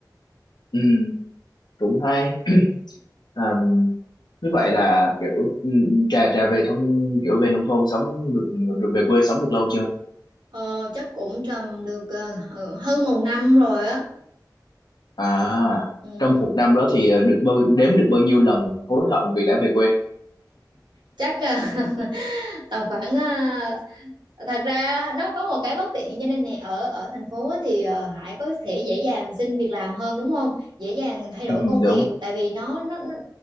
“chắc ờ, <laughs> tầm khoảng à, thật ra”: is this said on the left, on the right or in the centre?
Right